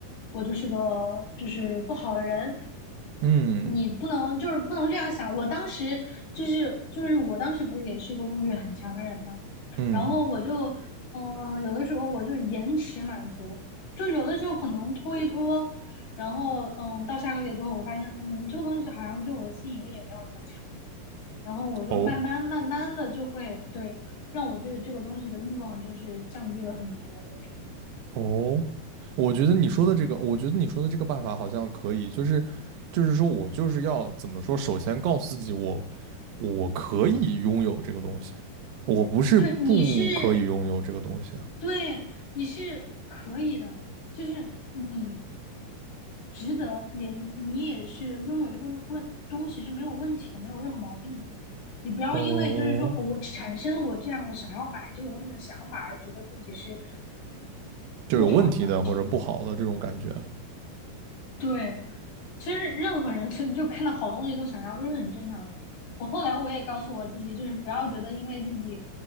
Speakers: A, on the left; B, on the right.
A: 我就是个就是不好的人，
B: 嗯
A: 你不能就是不能这样想。我当时就是就是我当时不是也是一个物欲很强的人嘛，
B: 嗯
A: 然后我就嗯、呃有的时候我就是延迟满足，就有的时候可能拖一拖，然后嗯到下个月之后，我发现嗯这个东西好像对我的吸引力也没有那么强，然后我就慢慢慢慢的就会对让我对这个东西的欲望就是降低了很多。
B: 哦，
A: 我觉得，
B: 哦，我觉得你说的这个，我觉得你说的这个办法好像可以，就是就是说我就是要怎么说，首先告诉自己我我可以拥有这个东西，我不是不可以拥有这个东西。
A: 对你是对，你是可以的，就是你值得，也你也是拥有这个问东西是没有问题的，没有任何毛病的。你不要因为就是说哦我产生我这样我想要买这个东西的想法而觉得自己是
B: 哦，就有问题的或者不好的这种感觉。
A: 不好的。对，其实任何人 <laughs> 就看到好东西都想要，都是很正常的。我后来我也告诉我自己，就是不要觉得因为自己，